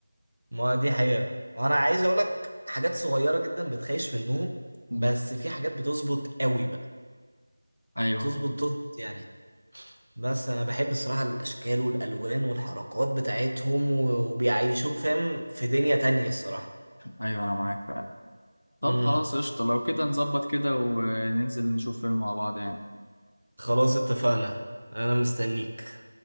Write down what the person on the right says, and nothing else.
ما دي حقيقه وانا عايز اقول لك حاجات صغيره جدا بتخيش منهم
بس في حاجات بتظبط قوي بقى
تظبط تظبط يعني بس انا بحب الصراحه الاشكال والالوان والحركات بتاعتهم و- وبيعيشوك فاهم في دنيا تانية الصراحه
امم
خلاص اتفقنا انا مستنيك